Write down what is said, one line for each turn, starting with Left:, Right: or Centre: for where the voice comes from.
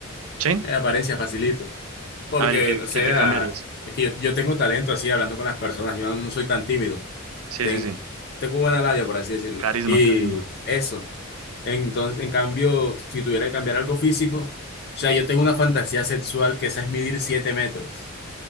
Right: ¿Sí?
Left: de mi apariencia facilito, porque,
Right: A ver, ¿y qué,
Left: o sea,
Right: qué te cambiarías?
Left: es que yo, yo tengo talento así hablando con las personas, yo no no soy tan tímido.
Right: Sí,
Left: ten-
Right: sí, sí.
Left: tengo buena labia, por así decirlo.
Right: Carisma,
Left: Y
Right: carisma.
Left: eso. Entonces, en cambio, si tuviera que cambiar algo físico, o sea, yo tengo una fantasía sexual que esa es medir 7 metros.